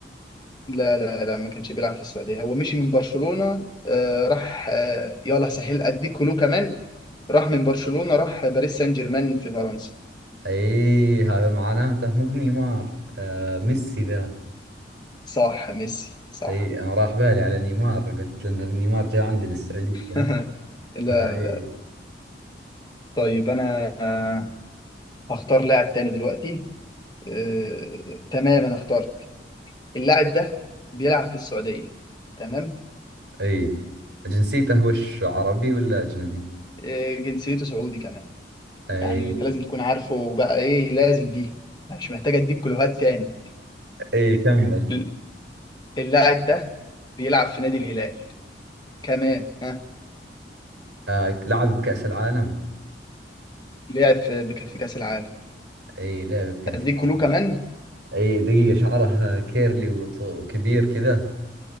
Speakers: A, on the left (about 25°); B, on the right (about 90°).
A: لا لا لا ما كانش بيلعب في السعودية هو مشي من برشلونة آه راح آه يلا سهل أديك كلو كمان راح من برشلونة راح باريس سان جيرمان في فرنسا
B: اي هذا معناته مو بنيمار آه ميسي ذا
A: صح ميسي صح
B: اي انا راح بالي على نيمار قلت لان نيمار جاء عندنا السعودية
A: <laughs> لا
B: فاي
A: طيب أنا آه هختار لاعب تاني دلوقتي آه تمام أنا اخترت اللاعب ده بيلعب في السعودية تمام
B: اي جنسيته وش عربي ولا اجنبي؟
A: آه جنسيته سعودي كمان
B: اي
A: يعني أنت لازم تكون عارفه بقى إيه لازم دي يعني مش محتاج أديك كلوهات تاني
B: اي كمل
A: <laughs> اللاعب ده بيلعب في نادي الهلال كمان ها
B: آه لعب بكأس العالم
A: لعب في بك- في كأس العالم
B: اي لعب بكأس
A: اديك
B: العالم
A: كلو كمان
B: اي دقيقة شعره آه، كيرلي وط- وكبير كذا